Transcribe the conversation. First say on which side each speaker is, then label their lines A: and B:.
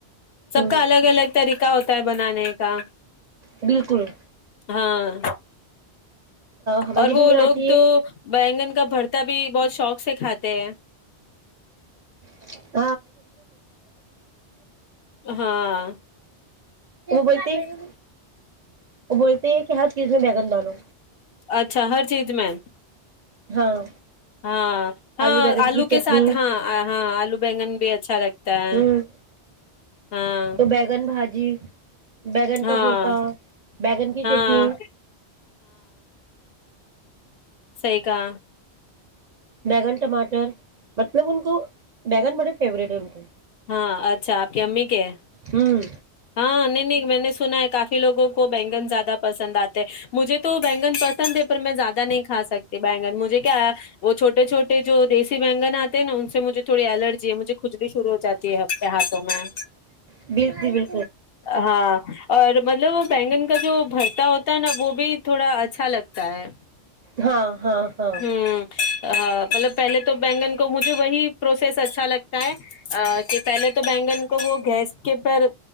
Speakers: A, on the left; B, on the right.
A: سب
B: ہ
A: کا الگ الگ طریقہ کا ہوتا ہے بنانے کا
B: بالکل
A: ہاں
B: ہماری
A: اور
B: امی
A: وہ
B: بناتی
A: لوگ تو
B: ہے
A: بگن کا بھر ک ت بھی بہت شوق سے کھاتے ہیں
B: <unintelligible> <inaudible>
A: ہاں
B: وہ بولتی ہے وہ بولتے ہیں کہ ہ چیز میں بیگن ڈالو
A: اچھا ہر چیز میں
B: ہاں
A: ہاں ہاں
B: بیگن
A: آلو
B: کی چٹنی
A: کے ساتھ ہاں ہاں آلو بگن بھی اچھا لگتا ہے
B: ہوں
A: ہاں
B: تو بیگن بھاجی بیگن
A: ہاں
B: کا بورتا بیگن کی
A: ہاں
B: چٹنی
A: سی کا
B: بیگن ٹماٹر مطلب ان کو بیگن بڑے فیوریٹ ہوتاوں
A: ہاں اچھا کہ امی کے
B: ہوں
A: ہاں نہیں نہیں میں نے سنا ہے کافی لوگوں کو بینگن زیادہ پسند اتے ہیں مجھے تو بینگن پرسن پیپر میں زیادہ نہیں کھا سکتے بینگن مجھے کیا وہ چھوٹے چھوٹے جو دیسی بینگن اتے ہیں نا ان سے مجھے تھوڑی الرجی ہے مجھے کھجلی شروع ہو جاتی ہے ہاتھوں میں
B: ب بکل بک
A: ہاں اور مطلب بینگن کا جو بھرتا ہوتا ہے نا وہ بھی تھوڑا اچھا لگتا ہے
B: ہاں ہاں ہاں
A: ہوں مطلب پہلے تو بینگن کو مجھے وہی پروسیس اچھا لگتا ہے کہ پہلے تو بینگن کو وہ گیس کے پر